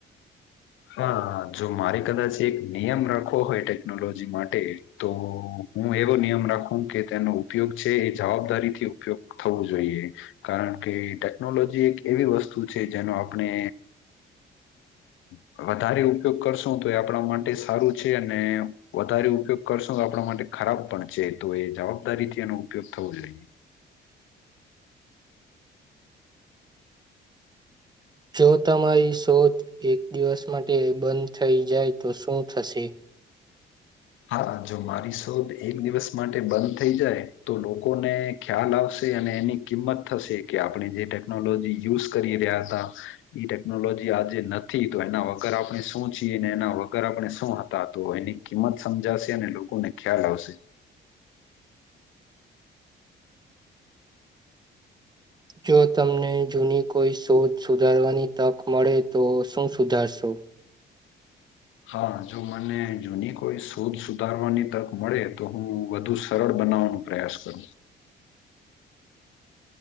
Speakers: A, on the left (about 80°); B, on the right (about 20°).
A: હા જો મારે કદાચ એક નિયમ રાખવો હોય ટેકનોલોજી માટે તો હું એવો નિયમ રાખું કે તેનો ઉપયોગ છે એ જવાબદારી થી ઉપયોગ થવું જોઈએ કારણ કે ટેકનોલોજી એક એવી વસ્તુ છે જેનો આપણે અ વધારે ઉપયોગ કરશો તો એ આપણા માટે સારું છે અને વધારે ઉપયોગ કરશો તો આપણા માટે ખરાબ પણ છે તો એ જવાબદારીથી એનો ઉપયોગ થવો જ જોઈએ
B: જો તમારી શોધ એક દિવસ માટે બંધ થઈ જાય તો શું થશે <inaudible>
A: હા જો મારી શોધ એક દિવસ માટે બંધ થઈ જાય તો લોકોને ખ્યાલ આવશે અને એની કિંમત થશે કે આપણે જે ટેકનોલોજી યુઝ કરી રહ્યા હતા ઈ ટેકનોલોજી આજે નથી તો એના વગર આપણે શું છીએ ને એના વગર આપણે શું હતા તો એની કિંમત સમજાશે અને લોકોને ખ્યાલ આવશે
B: જો તમને જૂની કોઈ શોધ સુધારવાની તક મળે તો શું સુધારશો
A: હા જો મને જૂની કોઈ શોધ સુધારવાની તક મળે તો હું વધુ સરળ બ બનાવાનો પ્રયાસ કરુ